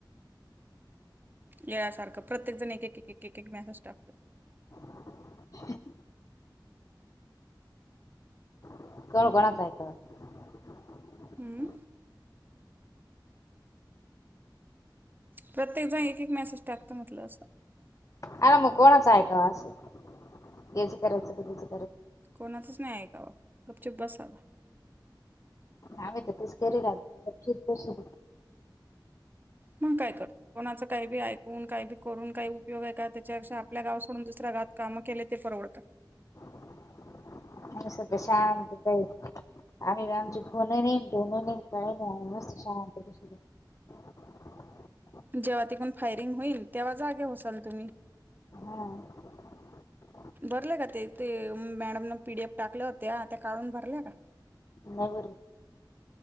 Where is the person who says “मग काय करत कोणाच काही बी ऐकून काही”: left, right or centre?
Right